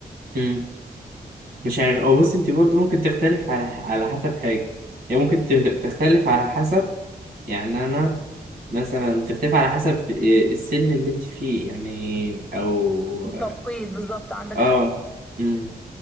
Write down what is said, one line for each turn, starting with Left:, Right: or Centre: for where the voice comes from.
Right: مم. مش عارف او بص انت برضه ممكن تختلف على على حسب حاجة يعني ممكن ت... تختلف على حسب يعني انا مثلا تختلف على حسب إيه السن اللي انت فيه يعني او
Centre: التوقيت بالظبط عندك
Right: اه
Centre: حق
Right: مم.